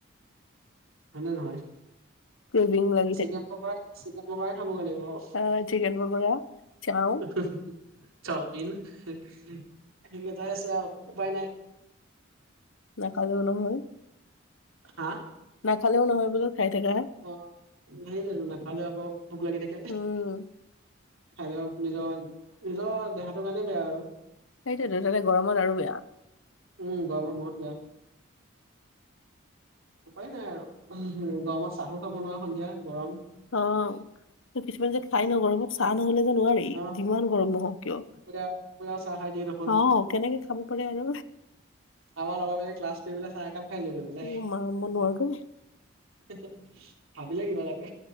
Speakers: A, on the right; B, on the left.
A: হয়নে নহয়?
B: কেইদিন লাগ
A: চিকেন পকৰা, চিকেন পকৰাই খাবগে লাগিব আও।
B: আ চিকেন পকৰা, চাও
A: <unintelligible> চাউমিন সে সেকেইটাই আছে আও উপায় নাই।
B: নাকালেও নহয়।
A: হা?
B: নাখালেও নহয় বোলো খাই থাকা।
A: অ সেইটোৱেটো নাখালেও আকৌ ভোক লাগি থাকে।
B: উম
A: খালেও নিজৰ নিজৰ দেহাটোৰ কাৰণে বেয়া আৰু।
B: সেইটোৱেতো তাতে গৰমত আৰু বেয়া।
A: উম, গৰমত বহুত বেয়া। উপায় নাই আৰু উহো গৰমত চাহো খাব নোৱাৰা সন্ধিয়া গৰম।
B: অ কিছুমান যে খাই ন গৰমত। চাহ নহ'লে যে নোৱাৰি
A: অ
B: যিমান গৰম নহওঁক কিয়।
A: দুপৰীয়া দুপৰীয়াও চাহ খাই দিয়ে দেখোন।
B: অ কেনেকে খাব পাৰে আৰু
A: আমাৰ লগৰবিলাকে ক্লাছ কৰি পেলাই চাহ একাপ খাই আহিলে গৈ পেলাই।
B: এ মা মই নোৱাৰো দেই
A: <unintelligible> ভাবিলে কিবা লাগে।